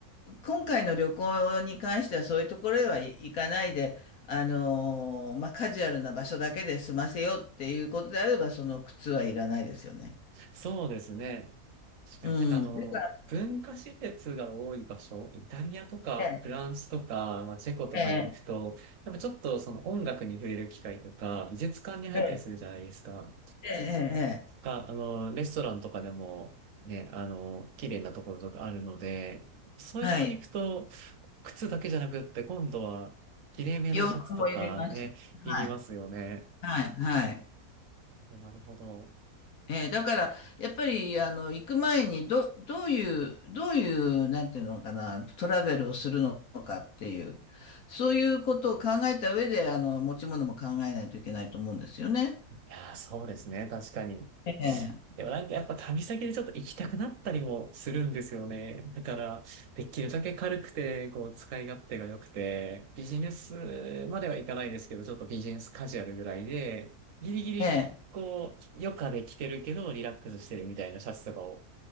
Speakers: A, on the left; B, on the right.
A: 今回の旅行に関してはそういうところへは行かないで、あのーまあ、カジュアルな場所だけで済ませようっていうことであれば、その靴はいらないですよね。
B: そうですね。確かになんかあの、
A: うん。だから、
B: 文化施設が多い場所、イタリアとかフランスとか、
A: え
B: まあ、チェコとかに行くと、
A: え、ええ、
B: やっぱちょっとその音楽に触れる機会とか、美術館に入ったりするじゃないですか。
A: ええ、ええ、ええ
B: か、あの、レストランとかでもね、あの、綺麗なところとかあるので、そういうところに行くと、
A: はい。
B: 靴だけじゃなくって今度は、綺麗めのシャツとかね、
A: 洋服も入れます。
B: いりますよね。
A: はい、はい、はい。
B: なるほど。
A: えーだから、やっぱり、あの、行く前に、ど、どういう、どういう、なんていうのかな、トラベルをするのかっていう、そういうことを考えた上で、あの、持ち物も考えないといけないと思うんですよね。
B: いやー、そうですね。確かに。
A: ええ、
B: でもなんかやっぱ旅先でちょっと行きたくなったりもするんですよね。だから、できるだけ軽くて、こう、使い勝手が良くて、ビジネスまではいかないですけど、ちょっとビジネスカジュアルぐらいで、ギリギリ、
A: ええ、
B: こう、余暇で着てるけど、リラックスしてるみたいなシャツとかを、